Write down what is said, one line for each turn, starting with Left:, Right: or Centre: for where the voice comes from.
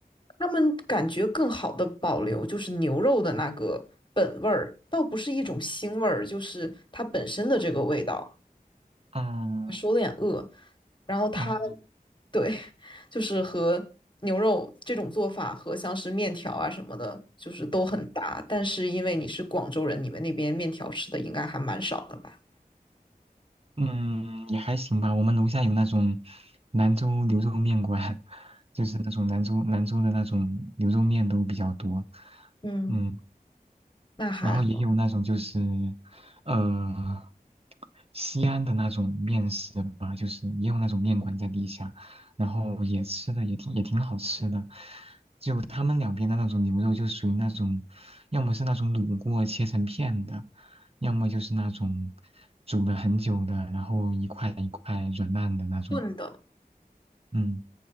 Left: 他们感觉更好的保留就是牛肉的那个本味儿，倒不是一种腥味儿，就是它本身的这个味道。
Right: 嗯，
Left: 我手有点饿，然后它
Right: 哦。
Left: 对，<laughs> 就是和牛肉这种做法和像是面条啊什么的，就是都很搭。但是因为你是广州人，你们那边面条吃的应该还蛮少的吧？
Right: 嗯，也还行吧。我们楼下有那种兰州牛肉面馆，<laughs> 就是那种兰州兰州的那种牛肉面都比较多。
Left: 嗯，
Right: 嗯，
Left: 那还好，
Right: 然后也有那种就是，呃，西安的那种面食吧，就是也有那种面馆在地下，然后也吃的也挺也挺好吃的。就他们两边的那种牛肉，就属于那种，要么是那种卤过切成片的，要么就是那种煮了很久的，然后一块一块软烂的那种，
Left: 炖的
Right: 嗯，